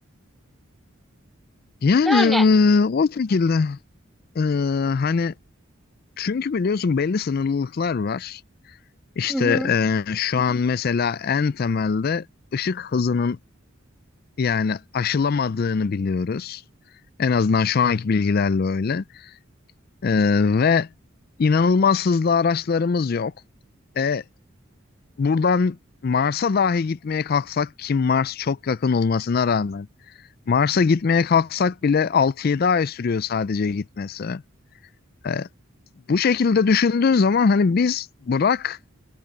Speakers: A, on the left; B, in the centre.
A: Yani
B: Yani,
A: e, o şekilde E, hani çünkü biliyorsun belli sınırlılıklar var. İşte
B: hı hı,
A: e, şu an mesela en temelde ışık hızının yani aşılamadığını biliyoruz. En azından şu anki bilgilerle öyle. E, ve inanılmaz hızlı araçlarımız yok. E, buradan Mars'a dahi gitmeye kalksak ki Mars çok yakın olmasına rağmen Mars'a gitmeye kalksak bile altı yedi ay sürüyor sadece gitmesi. E, bu şekilde düşündüğün zaman hani biz bırak